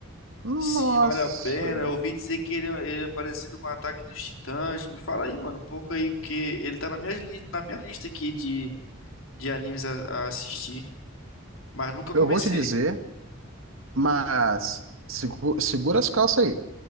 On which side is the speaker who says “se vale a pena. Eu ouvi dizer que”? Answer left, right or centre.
Left